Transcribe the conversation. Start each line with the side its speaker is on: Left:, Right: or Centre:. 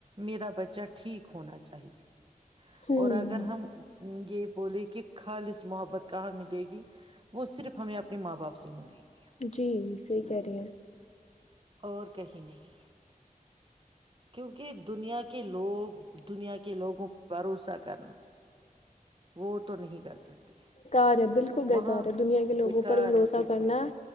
Right: میرا بچہ ٹھیک ہونا چاہیے
Left: ہوں
Right: اور اگر ہم یہ بولے کہ کھال اس محبت کو کہاں ملے گی وہ صرف ہمیں اپنے ماں باپ سے ملے گی
Left: جی صحی کہہ رہی ہیں
Right: اور کہیں نہیں کیونکہ دنیا کے لوگ دنیا کے لوگوں بھروسہ کرنا وہ تو تو نہیں کر سکتی
Left: بار ہے بالکل بکار
Right: وہاں
Left: ہے دنیا کے لوگوں
Right: بیکار
Left: پر بھروسہ
Right: ہے بالکل
Left: کرنا